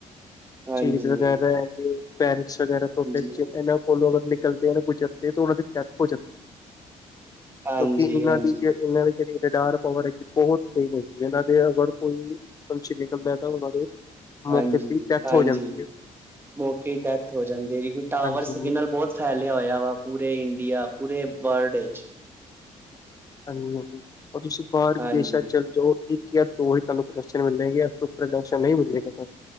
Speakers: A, on the right; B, on the left.
A: ਹਾਂਜੀ
B: ਚੀਨ ਵਗੈਰਾ ਹੈਗੇ, ਪੈਰਸ ਵਗੈਰਾ
A: ਹਾਂਜੀ
B: ਤੋਂ ਫਿਰ ਇਹ ਫੋਲੋ ਅਗਰ ਨਿਕਲਦੇ ਆ ਗੁਜਰਦੇ ਤਾਂ ਉਹਨਾਂ ਦੀ ਡੈਥ ਹੋ ਜਾਂਦੀ।
A: ਹਾਂਜੀ
B: ਕਿਉਂਕਿ ਇਹਨਾਂ
A: ਹਾਂਜੀ
B: ਦੀ ਜੇ ਇਹਨਾਂ ਦੀ ਜਿਹੜੀ ਰਡਾਰ ਪਾਵਰ ਹੈਗੀ ਬਹੁਤ ਸਹੀ ਹੈਗੀ ਇਹਨਾਂ ਦੇ ਅਗਰ ਕੋਈ, ਫੰਕਸ਼ਨ ਨਿਕਲਦਾ ਤਾਂ ਉਹਨਾਂ ਦੇ ਮੌਕੇ
A: ਹਾਂਜੀ,
B: ਤੇ ਡੈਥ
A: ਹਾਂਜੀ,
B: ਹੋ ਜਾਂਦੀ ਹੈ
A: ਮੌਕੇ ਤੇ ਡੈਥ ਹੋ ਜਾਂਦੀ ਹੈ ਜੀ ਟਾਵਰ
B: ਹਾਂਜੀ
A: ਸਿਗਨਲ ਬਹੁਤ ਫੈਲਿਆ ਹੋਇਆ ਵਾ ਪੂਰੇ ਇੰਡੀਆ, ਪੂਰੇ ਵਰਲਡ ਵਿੱਚ।
B: ਹਾਂਜੀ-ਹਾਂਜੀ ਓ ਤੁਸੀਂ ਬਾਹਰ
A: ਹਾਂਜੀ
B: ਵਿਦੇਸ਼ਾਂ 'ਚ ਚਲ ਜੋ ਇੱਕ ਕਿ ਯਾਰ ਉਹੀ ਤੁਹਾਨੂੰ ਪ੍ਰੋਡਕਸ਼ਨ ਮਿਲੇਗੀ ਜਾ ਪਰੋਡਕਸ਼ਨ ਨਹੀਂ ਮਿਲਗਾ ਤਹਾਨੂੰ।